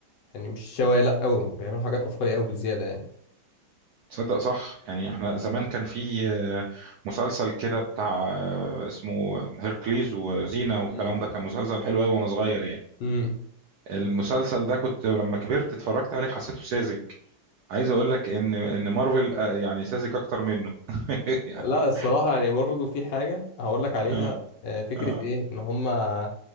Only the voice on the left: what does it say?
يعني مش شويه لا قوي بيعملوا حاجات اطفالي قوي بالزياده يعني
مم.
امم
لا الصراحه يعني برضه في حاجه هقول لك عليها
آه، فكره
ايه ان هما